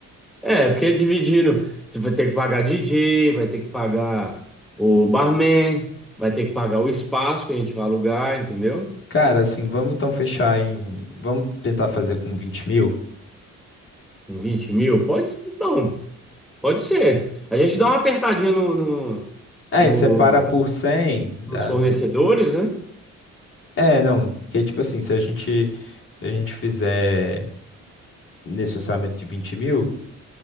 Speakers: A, in the centre; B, on the left.
A: é, porque dividindo, você vai ter que pagar DJ, vai ter que pagar o barman, vai ter que pagar o espaço que a gente vai alugar, entendeu?
B: Cara, assim, vamos então fechar em. Vamos tentar fazer com vinte mil?
A: Com vinte mil, pode? Não, pode ser. A gente dá uma apertadinha no, no,
B: É,
A: no-
B: a gente separa por 100. dá-
A: nos fornecedores, né?
B: É, não, porque, tipo assim, se a gente, se a gente fizer nesse orçamento de vinte mil,